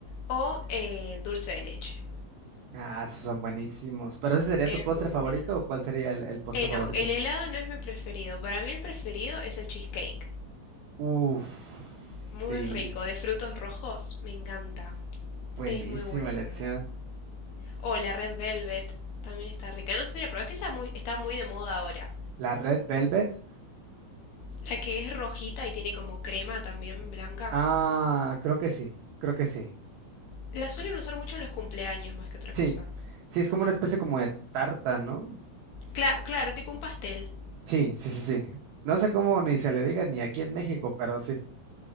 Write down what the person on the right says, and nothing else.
Ah, esos son buenísimos. ¿Pero ese sería
tu postre
favorito
o cuál sería el, el postre
favorito?
Uf,
sí,
buenísima
elección.
¿La Red Velvet?
Ah, creo que sí, creo que sí.
Sí,
sí, es como una especie como de tarta, ¿no?
Sí, sí, sí, sí. No sé cómo ni se le diga ni aquí en México, pero sí.